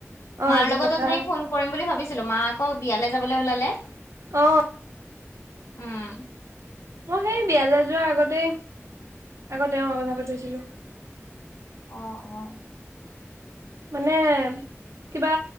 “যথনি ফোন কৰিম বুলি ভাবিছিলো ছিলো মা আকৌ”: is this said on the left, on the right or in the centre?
Left